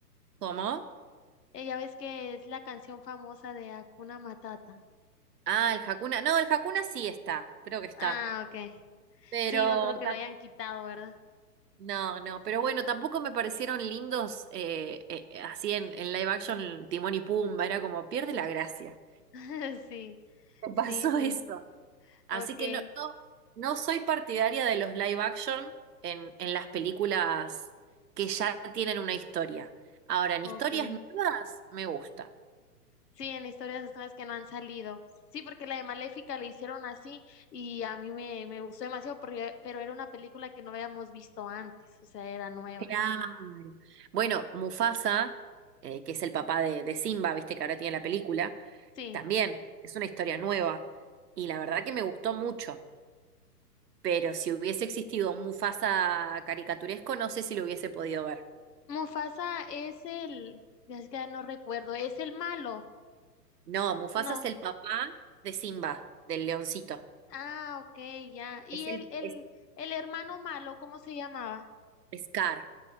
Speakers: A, on the right; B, on the left.
A: ¿Cómo?
B: Ella ves que es la canción famosa de Hakuna Matata.
A: Ah, el Hakuna. No, el Hakuna sí está, creo que está.
B: Ah, okay.
A: Pero
B: Sí, no creo que
A: tam-
B: lo hayan quitado, ¿verdad?
A: no, no, pero bueno, tampoco me parecieron lindos eh, eh, eh, así en, en live action Timón y Pumba, era como pierde la gracia.
B: <laughs> Sí,
A: Me
B: sí,
A: pasó
B: sí.
A: <laughs> eso. Así
B: Okay,
A: que no, no, no soy partidaria de los live action en, en las películas que ya tienen una historia. Ahora, en
B: okay.
A: historias nuevas me gusta.
B: Sí, en historias de nuevas que no han salido. Sí, porque la de Maléfica la hicieron así y a mí me, me gustó demasiado, porque- pero era una película que no habíamos visto antes, o sea, era nueva.
A: Claro. Bueno, Mufasa, eh, que es el papá de, de Simba, viste que ahora tiene la película.
B: Sí.
A: También es una historia nueva y la verdad que me gustó mucho, pero si hubiese existido un Mufasa caricaturesco, no sé si lo hubiese podido ver.
B: Mufasa es el, ya es que no recuerdo, es el malo,
A: No, Mufasa
B: no.
A: es el papá de Simba, del leoncito.
B: Ah, ok, ya. ¿Y
A: Es el
B: el, el,
A: es,
B: el hermano malo, cómo se llamaba?
A: Scar.